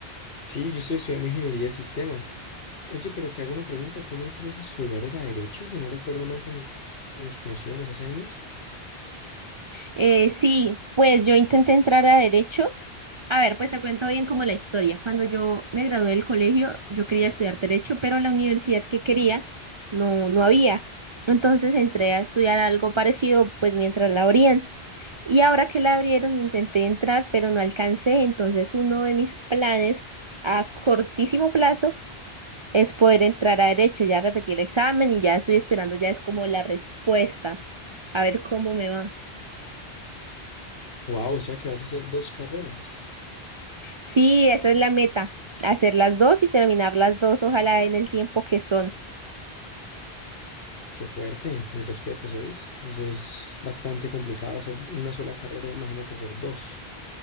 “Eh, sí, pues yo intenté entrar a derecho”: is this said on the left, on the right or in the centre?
Right